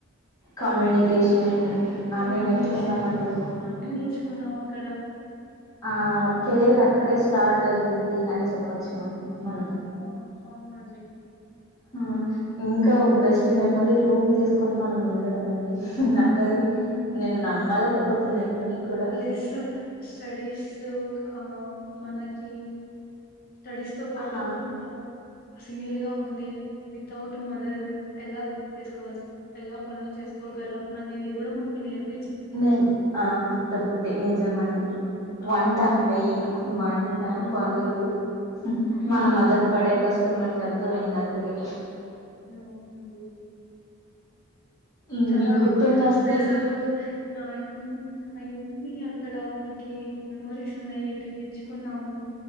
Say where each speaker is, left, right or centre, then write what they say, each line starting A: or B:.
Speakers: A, on the left (about 15°); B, on the left (about 45°).
A: కమ్యూనికేషన్
B: కమ్యూనికేషన్
A: అన్ని నేర్చుకున్నానండి.
B: అన్ని నేర్చుకున్నాం అక్కడ
A: ఆ కెరీర్
B: అంద
A: అక్కడే స్టార్ట్ అయ్యింది అని చెప్పొచ్చు మనం
B: ఆ
A: మనం
B: <unintelligible>
A: ఆ ఇంకా ఒ బెస్ట్ మెమొరీ రూమ్ తీసుకొని మనం ఉండడం అండి నాక్కది
B: ఉమ్
A: నేను నమ్మలేకపోతున్నా ఇప్పటికి కూడా
B: ప్లస్ స్టడీస్ ఆ మనకి స్టడీస్ తో పాటు
A: ఆహా
B: మనం సింగిల్ గా ఉంటే వితౌట్ మదర్ ఎలా కుక్ చేసుకోవాలి. ఎలా పనులు చేసుకోగలం అనేది కూడా మనకి నేర్
A: నేన్ ఆ పుట్టపుడ్తి నిజమండి.
B: అ అవునండి
A: వంట మెయిను వంట
B: హ్మ్
A: పనులు
B: హ్మ్
A: మనం మదర్ పడే కష్టం మనకి అర్థమయింది అక్కడే
B: అవునండి
A: హ్మ్.
B: కదా
A: మీకు
B: అవి
A: గుర్తుందా
B: గుర్తోస్తే
A: అండి
B: అసలు ఆ <unintelligible> అన్ని అక్కడ మనకి మెమోరీస్ ఉన్నాయి ఎన్ని నేర్చుకున్నాము.